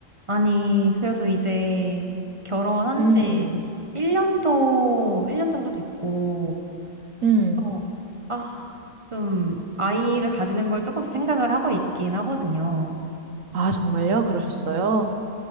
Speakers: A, on the right; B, on the right.
A: 아니, 그래도 이제 결혼한
B: 음,
A: 지 1년도, 1년 정도 됐고,
B: 음.
A: 어, 아, 좀 아이를 가지는 걸 조금씩 생각을 하고 있긴 하거든요.
B: 아, 정말요? 그러셨어요?
A: 음.